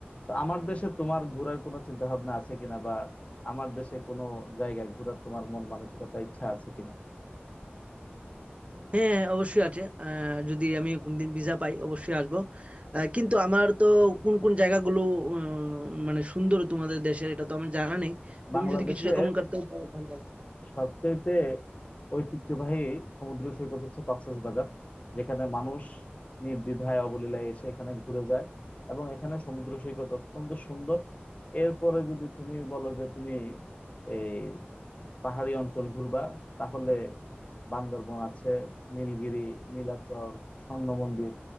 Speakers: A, on the left; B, on the right.
A: তো আমার দেশে তোমার ঘোরার কোনো চিন্তা ভাবনা আছে কিনা বা আমার দেশে কোনো জায়গায় ঘোরার তোমার মন মানসিকতা ইচ্ছা আছে কিনা
B: হ্যাঁ অবশ্যই আছে আহ, যদি আমি কোনদিন ভিসা পাই অবশ্যই আসবো আহ, কিন্তু আমার তো কোন কোন জায়গাগুলো উম, মানে সুন্দর তোমাদের দেশের এটা তো আমার জানা নেই তুমি
A: বাংলাদেশে
B: যদি কিছু রেকমেন্ড করতে পারো তাহলে ভালো।
A: সবচেয়েতে ঐতিহ্যবাহী সমুদ্র সৈকত হচ্ছে কক্সবাজার যেখানে মানুষ নির্দ্বিধায় অবলীলায় এসে এখানে ঘুরে যায় এবং এখানে সমুদ্র সৈকত অত্যন্ত সুন্দর এরপরে যদি তুমি বলো যে তুমি এই পাহাড়ি অঞ্চল ঘুরবা তাহলে বান্দরবন আছে নীলগিরি নীলাচল স্বর্ণ মন্দির